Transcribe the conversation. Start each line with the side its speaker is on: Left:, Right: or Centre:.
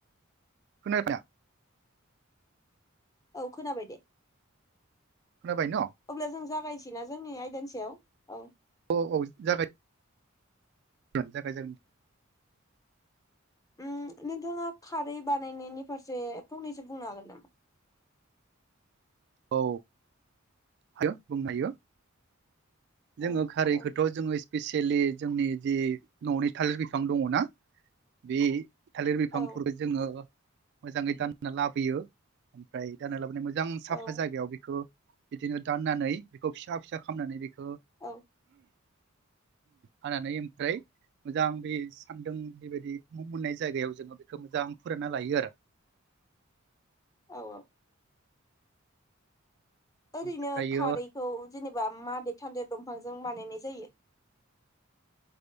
Right: खोनबारदा।
Left: औ खोनाबाय दे।
Right: खोनाबाय न'
Left: अब्ला जों जागाय सिना जोंनि आयदानि सायाव औ।
Right: औ औ जागाय। <unintelligible>
Left: ओम नोंथाङा खारै बानायनायनि फारसे फंनैसो बुंनो हागोन नामा?
Right: औ हायो बुंनो हायो जोङो
Left: औ
Right: खारैखौथ'
Left: औ
Right: जोङो। स्पेसियेलि जोंनि जि न'नि थालिर बिफां दङ ना बे थालिर बिफांफोरखौ
Left: औ
Right: जोङो। मोजाङै दानना लाबोयो ओमफ्राय दानना लाबोना मोजां जां
Left: औ
Right: साफा बेखौ बिदिनो दाननानै बेखौ फिसा फिसा खालामनानै बेखौ
Left: औ।
Right: हानानै ओमफ्राय मोजां बे सान्दुं बेबायदि नांनाय जायगायाव जोङो बेखौ मोजां फोरानना लायो आरो।
Left: औ औ। ओरैनो
Right: ओमफ्रायो
Left: खारैखौ जेनेबा माबे थालिर दंफांजों बानायनाय जायो